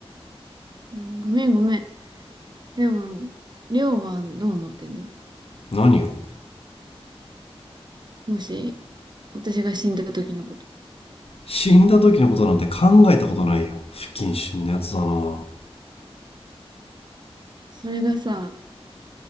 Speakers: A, on the right; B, on the left.
A: うんごめんごめん。でも、りょうはどう思ってんの
B: 何が
A: もし、私が死んだ時のこと。
B: 死んだ時のことなんて考えたことないよ不謹慎なやつだな
A: それがさ、